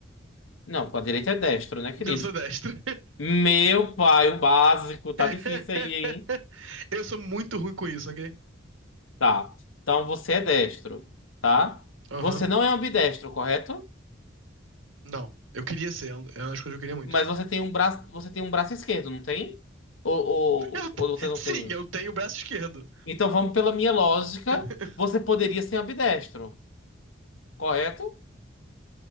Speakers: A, on the left; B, on the right.
A: Não, com a direita é destro, né, querido?
B: Então eu sou destro.
A: Meu pai, o básico, tá
B: <laughs>
A: difícil aí, hein?
B: Eu sou muito ruim com isso, ok?
A: Tá. Então você é destro, tá?
B: Aham.
A: Você não é ambidestro, correto?
B: Não, eu queria ser, é um, é uma das coisas que eu queria muito.
A: Mas você tem um braço, você tem um braço esquerdo, não tem? Ou, ou,
B: <laughs> Eu te-
A: ou você não
B: sim,
A: tem?
B: eu tenho o braço esquerdo.
A: Então vamos pela minha lógica,
B: <laughs>
A: você poderia ser ambidestro, correto?